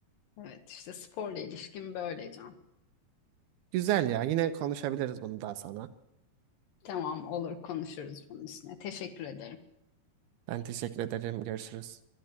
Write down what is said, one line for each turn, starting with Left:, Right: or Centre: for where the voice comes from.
Left: Evet işte sporla ilişkim böyle Can.
Right: Güzel ya. Yine konuşabiliriz bunu daha sonra.
Left: Tamam olur konuşuruz bunun üstüne. Teşekkür ederim.
Right: Ben teşekkür ederim. Görüşürüz.